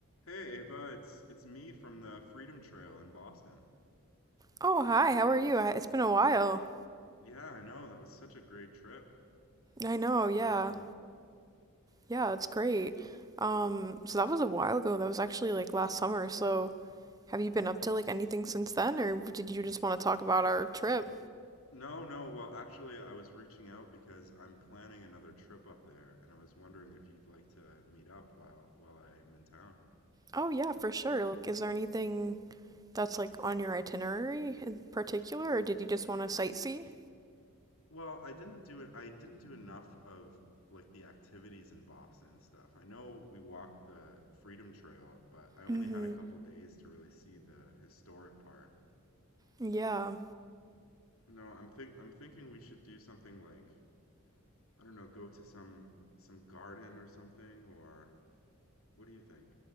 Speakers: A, on the left; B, on the right.
A: Hey Ava, it's it's me from the Freedom Trail in Boston.
B: Oh, hi. How are you? I- It's been a while.
A: Yeah, I know. That was such a great trip.
B: I know.
A: Just
B: Yeah.
A: catching up.
B: Yeah, it's great. Um, so that was a while ago. That was actually like last summer. So have you been up to like anything since then, or did you just want to talk about our trip?
A: No, no, well, actually, I was reaching out because I'm planning another trip up there, and I was wondering if you'd like to meet up while while I'm in town.
B: Oh, yeah, for sure. Like, is there anything that's like on your itinerary in particular, or did you just want to sightsee?
A: Well, I didn't do it. I didn't do enough of like the activities in Boston and stuff. I know we walked the Freedom Trail, but I only
B: Mm-hmm.
A: had a couple days to really see the historic part.
B: Yeah.
A: No, I'm think I'm thinking we should do something like I don't know, go to some some garden or something, or what do you think?